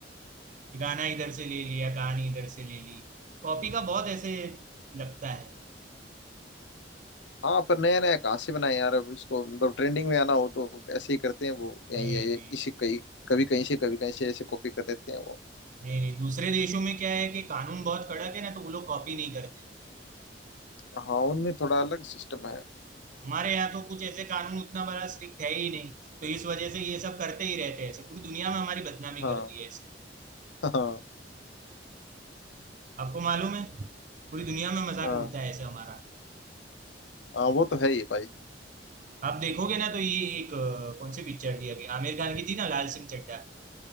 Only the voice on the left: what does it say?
हाँ पर नया नया कहाँ से बनाए यार अब इसको मतलब ट्रेंडिंग में आना हो तो ऐसे ही करते हैं वो यही
यही
इसी
कहीं कभी कहीं से कभी कहीं से ऐसे कॉपी कर लेते हैं वो
हाँ उनमें थोड़ा अलग सिस्टम है
हाँ
<laughs> हाँ
हाँ
हाँ वो तो है ही भाई